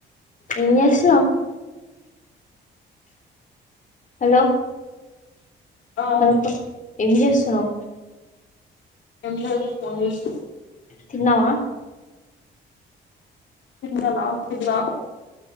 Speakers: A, on the left; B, on the left.
A: ఏం చేస్తున్నావ్ హలో
B: ఆ
A: హలోప్ప ఎం చేస్తున్నాం
B: ఏం లేదు ఫోన్ చూస్తున్న
A: తిన్నావా
B: తిన్న నా తిన్న